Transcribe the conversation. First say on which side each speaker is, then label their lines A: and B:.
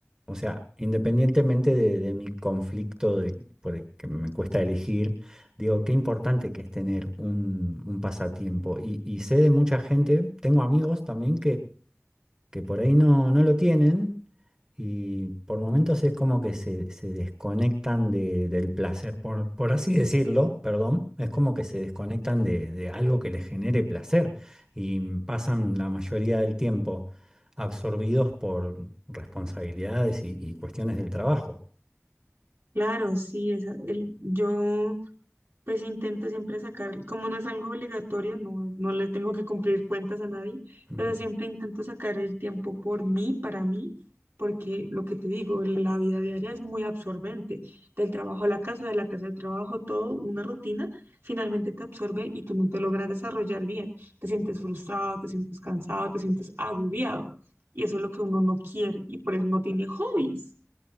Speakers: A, on the right; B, on the right.
A: o sea, independientemente de, de mi conflicto de, por el que me cuesta elegir, digo, qué importante que es tener un, un pasatiempo. Y, y sé de mucha gente, tengo amigos también que por ahí no, no lo tienen y por momentos es como que se, se desconectan de- del placer, por, por así decirlo, perdón, es como que se desconectan de, de algo que les genere placer y pasan la mayoría del tiempo absorbidos por responsabilidades y, y cuestiones del trabajo.
B: Claro, sí, esa- el, yo pues intento siempre sacar, como no es algo obligatorio, no, no le tengo que cumplir cuentas a nadie,
A: Ujú,
B: pero siempre intento sacar el tiempo por mí, para mí, porque lo que te digo, la vida diaria es muy absorbente, del trabajo a la casa, de la casa al trabajo, todo, una rutina, finalmente te absorbe y tú no te logras desarrollar bien, te sientes frustrado, te sientes cansado, te sientes agobiado, y eso es lo que uno no quiere, y por eso no tiene hobbies.